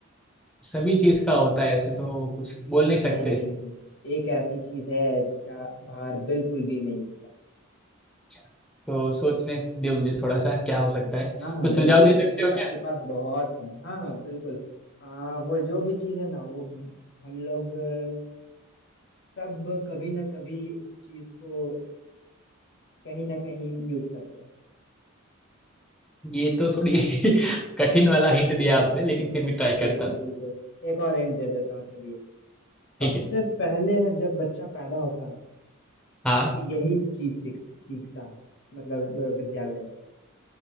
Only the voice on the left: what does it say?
नहीं
नहीं नहीं। एक ऐसी चीज है जिसका भार बिल्कुल भी नहीं है
हाँ हाँ बिल्कुल
सोचिए
आपके
पास बहुत समय हाँ हाँ बिल्कुल आ, वो जो भी चीज़ है ना वो हम लोग अ, सब कभी ना कभी उस चीज़ को कहीं ना कहीं यूज करते हैं
हाँ बिल्कुल
बिल्कुल एक और हिंट दे देता हूँ चलिए
सबसे
पहले है जब बच्चा पैदा होता है ना,
तो यही चीज सीख सीखता है मतलब अ, विद्यालय में